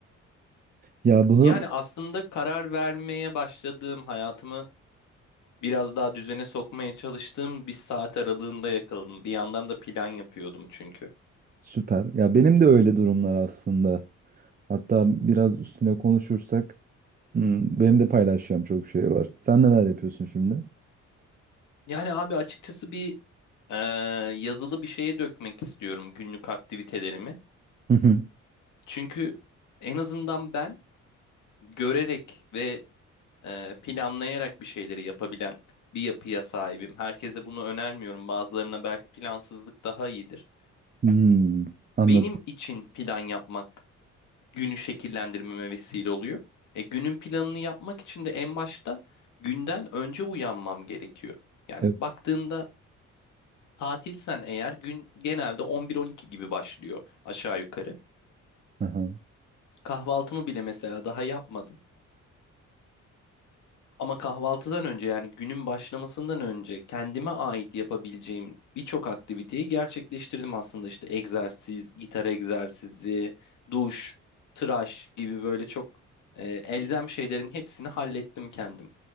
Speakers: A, on the right (about 30°); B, on the left (about 75°).
A: Ya bunu
B: Yani aslında karar vermeye başladığım hayatımı biraz daha düzene sokmaya çalıştığım bir saat aralığında yakaladım. Bir yandan da plan yapıyordum çünkü.
A: süper. Ya benim de öyle durumlar aslında. Hatta biraz üstüne konuşursak hmm, benim de paylaşacağım çok şey var. Sen neler yapıyorsun şimdi?
B: Yani abi açıkçası bir eee, yazılı bir şeye dökmek istiyorum günlük aktivitelerimi.
A: Hı hı.
B: Çünkü en azından ben görerek ve e, planlayarak bir şeyleri yapabilen bir yapıya sahibim. Herkese bunu önermiyorum. Bazılarına belki plansızlık daha iyidir.
A: Hmm, anladım.
B: Benim için plan yapmak günü şekillendirmeme vesile oluyor. E, günün planını yapmak için de en başta günden önce uyanmam gerekiyor. Yani
A: Evet.
B: baktığında tatilsen eğer gün genelde 11-12 gibi başlıyor aşağı yukarı.
A: Aha.
B: Kahvaltımı bile mesela daha yapmadım. Ama kahvaltıdan önce yani günün başlamasından önce kendime ait yapabileceğim birçok aktiviteyi gerçekleştirdim aslında. İşte egzersiz, gitar egzersizi, duş, tıraş gibi böyle çok e, elzem şeylerin hepsini hallettim kendim.